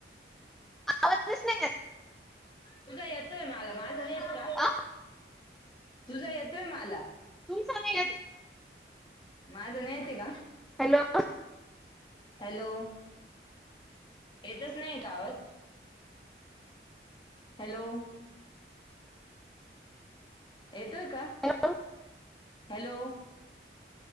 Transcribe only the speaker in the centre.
आवाज स्पष्ट नाही येत!
आ
तुमचा नाही येतंय!
हॅलो अ.
हॅलो